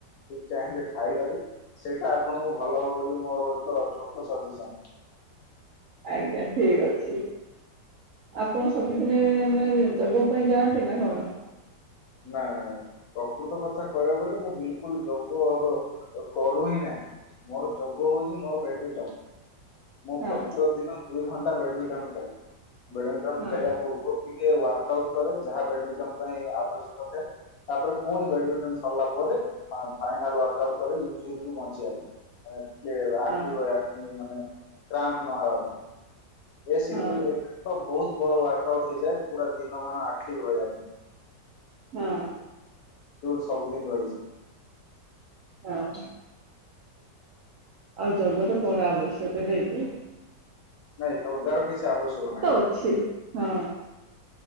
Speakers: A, on the left; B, on the right.
A: ଟୁ ତାହେଲେ ଖାଇବାରେ ସେଇଟା ଆପଣଙ୍କୁ ଭଲ ହବ ବୋଲି ମୋର ଗୋଟେ ଛୋଟ ସଜେସନ।
B: ଆଜ୍ଞା ଠିକ ଅଛି। ଆପଣ ସବୁଦିନେ ମାନେ ଯୋଗ ପାଇଁ ଯାଆନ୍ତି ନା କଣ?
A: ନା ପ୍ରକୃତ କଥା କହିବାକୁ ଗଲେ ମୁଁ ବିଲକୁଲ ଯୋଗ ଅ କରୁ ହିଁ ନାଇଁ। ମୋର ଯୋଗ ହଉଛି ମୋର ବ୍ୟାଡ଼ମିଣ୍ଟନ। ମୁଁ
B: ହଁ
A: ପ୍ରତେକ ଦିନ ଦୁଇଘଣ୍ଟା ବ୍ୟାଡମିଣ୍ଟନ ଖେଳେ ବେଡମିଣ୍ଟନ
B: ହଁ
A: ଖେଳିବା ପୂର୍ବରୁ ଟିକେ ୱାର୍କ ଆଉଟ କରେ। ଯାହା ବ୍ୟାଡମିଣ୍ଟନ ପାଇଁ ଆବଶ୍ୟକ କରେ ତାପରେ ପୁଣି ବ୍ୟାଡମିଣ୍ଟନ ସରିଲା ପରେ, ଅ ଫାଇନାଲ ୱାର୍କ ଆଉଟ କରେ ଇଞ୍ଜୀରୁ ବଞ୍ଚିବା ପାଇଁ‌‍‌
B: ହଁ
A: <unintelligible> ମାନେ କ୍ରାମ୍ପ ନହବା ପାଇଁ। ଏ ସ୍ୟୁଡଲ
B: ହଁ
A: ଏ ତ ବହୁତ ବଡ ଆର୍ଟ। କୋୖର୍ଟକୁ ଯାଏ ପୁରା ଦିନ ମାନ ଆଖ୍ଟିବ ରହିବା ପାଇଁ।
B: ହଁ।
A: ସେଡ୍ୟୁଲ୍ ସବୁଦିନ ରହିଛି।
B: ହଁ ଆଉ ଜଙ୍ଗର କଡା ଆବଶ୍ୟକ ହେଇକି
A: ନାଇଁ ୟୋଗାର କିଛି ଆବଶ୍ୟକ ନାହିଁ।
B: ଅଛି ହଁ